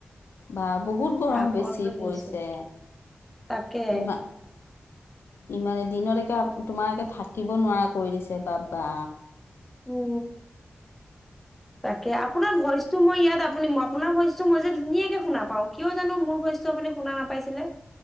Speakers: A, on the left; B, in the centre.
A: বা বহুত গৰম
B: পাগল
A: বেছি
B: হৈ
A: পৰিছে
B: গৈছোঁ। তাকে।
A: ইমান ইমানে দিনতকে তোমাৰ থাকিব নোৱাৰা কৰি দিছে বাবা।
B: উ। তাকে আপোনাৰ ভইচটো মই ইয়াত আপুনি, আপোনাৰ ভইচটো মই যে ধুনীয়াকে শুনা পাওঁ কিয় জানোঁ মোৰ ভইচট- আপুনি শুনা নাপাইছিলে?